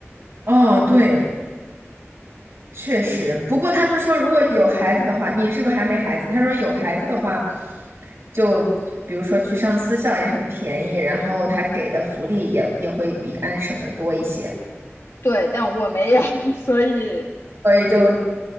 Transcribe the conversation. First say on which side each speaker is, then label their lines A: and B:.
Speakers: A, on the right; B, on the left.
A: 哦，对，确实，不过他们说，如果有孩子的话，你是不是还没孩子？他说有孩子的话，就比如说去上私校也很便宜，然后他给的福利也也会比安省的多一些，
B: 对，但我没有，<laughs> 所以
A: 所以就